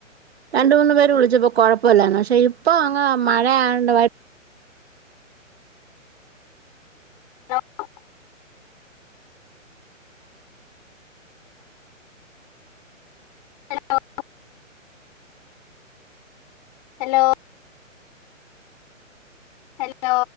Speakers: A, on the right (about 50°); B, on the left (about 30°).
A: രണ്ട് മൂന്ന് പേര് വിളിച്ചപ്പോ കുഴപ്പമില്ലന്ന് പക്ഷെ ഇപ്പൊ അങ്ങ് മഴയായൊണ്ട്
B: <unintelligible> ഹലോ <inaudible> ഹലോ ഹലോ